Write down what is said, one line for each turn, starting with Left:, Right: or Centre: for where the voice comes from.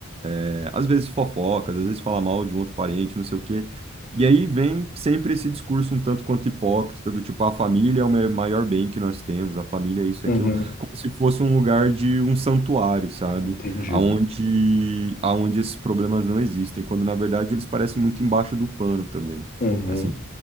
Right: é, às vezes fofocas, às vezes fala mal de um outro parente, não sei o quê. E aí vem sempre esse discurso um tanto quanto hipócrita, do tipo, a família é o me- maior bem que nós temos, a família é isso
Left: uhum.
Right: e aquilo, como se fosse um lugar de um santuário, sabe?
Left: Entendido.
Right: Aonde, aonde esses problemas não existem, quando na verdade eles parecem muito embaixo do pano também.
Left: Uhum,
Right: Assim,